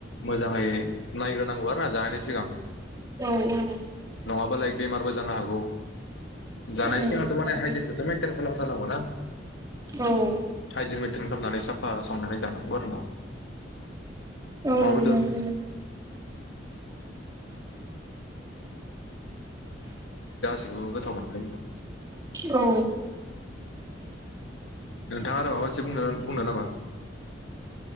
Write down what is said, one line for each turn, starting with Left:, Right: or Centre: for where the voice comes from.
Left: मोजाङै नायग्रोनांगौ आ आ जानायनि सिगां
Right: औ औ
Left: नङाबा लायक बेमारबो जानो हागौ। जानाय
Right: नंगौ
Left: सिङावथ माने हाइजेनखौथ मेनटेन खालाम थारनांगौ ना?
Right: औ
Left: हाइजेन मेनटेन खामनानै साब अ संनानै जानांगौ आरो ना?
Right: औ
Left: अमा बेदर
Right: नंगो
Left: <unintelligible> लगोथाव मोनखायो।
Right: औ
Left: नोंथाङा आरो माबा मोनसे बुंनो बुंनो नामा?